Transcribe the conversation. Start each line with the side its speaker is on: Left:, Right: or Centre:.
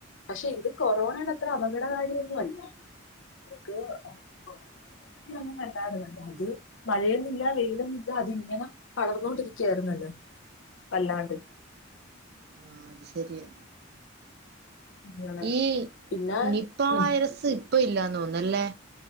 Left: പക്ഷെ ഇത് കൊറോണയുടെ അത്ര അപകടകാരിയൊന്നുവല്ല നമുക്ക് കൊറോണയുടെ കാര്യം അങ്ങനെ അല്ലായിരുന്നല്ലോ അത് മഴയന്നില്ല വെയിലന്നില്ല അതിങ്ങനെ പകർന്നോണ്ടിരിക്ക്യാരുന്നല്ലോ വല്ലാണ്ട്.
Right: ആ അത് ശരിയാ.
Left: അങ്ങനെ
Right: ഈ
Left: പിന്നെ
Right: നിപ
Left: ഉം
Right: വൈറസ് ഇപ്പ ഇല്ലാ ന്നോന്നല്ലേ